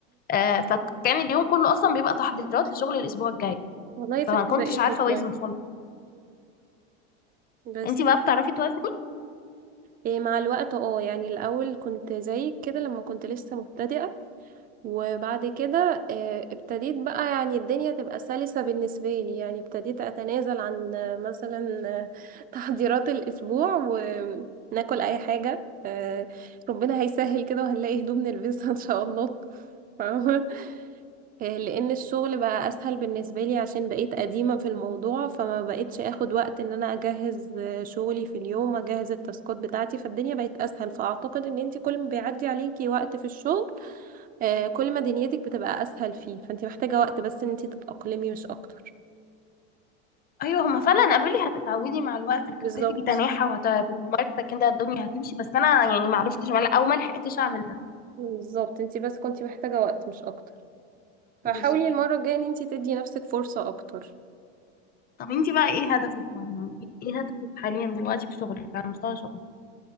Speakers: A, on the left; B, on the right.
A: آه، فكان اليوم كله اصلا بيبقى تحضيرات لشغل الاسبوع الجاي
B: والله
A: فما
B: فكرة
A: كنتش
B: بائسة
A: عارفة اوازن
B: شوية
A: خالص
B: بس
A: انتي بقى بتعرفي توازني
B: إيه مع الوقت اه يعني الاول كنت زيك كده لما كنت لسه مبتدئة وبعد كده آه، ابتديت بقى يعني الدنيا تبقى سلسة بالنسبة لي يعني ابتديت أتنازل عن آه، مثلا آه، <laughs> تحضيرات الأسبوع وناكل أي حاجة آه، ربنا هيسهل كده وهنلاقي هدوم نلبسها إن شاء الله <laughs> فاهمة آه، لأن الشغل بقى أسهل بالنسبة لي عشان بقيت قديمة في الموضوع فما بقيتش أخد وقت إن أنا أجهز آه، شغلي في اليوم أجهز التاسكات بتاعتي فالدنيا بقت أسهل فأعتقد إن أنتي كل ما بيعدي عليكي وقت في الشغل آه، كل ما دنيتك بتبقى اسهل فيه فانت محتاجه وقت بس ان انت تتاقلمي مش اكتر
A: ايوه هما فعلا قالوا لي هتتعودي مع الوقت هتكتفي
B: بالظبط
A: بتناحة وهتمارسة كده الدنيا هتمشي بس انا يعني ما عرفتش ولا- او ما لحقتش اعمل ده
B: بالظبط انت بس كنتي محتاجه وقت مش اكتر فحاولي
A: بالظبط
B: المره الجايه ان انت تدي نفسك فرصه اكتر
A: طب انتي بقى ايه هدفك يعني ايه هدفك حاليا دلوقتي في شغلك على مستوى شغلك